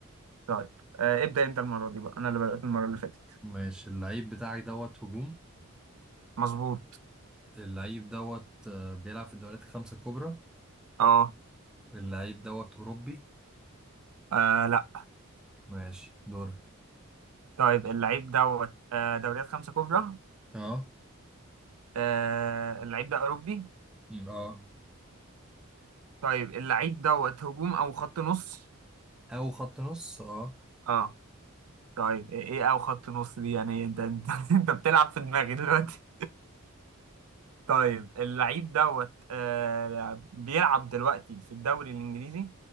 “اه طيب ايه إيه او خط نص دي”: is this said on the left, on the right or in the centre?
Right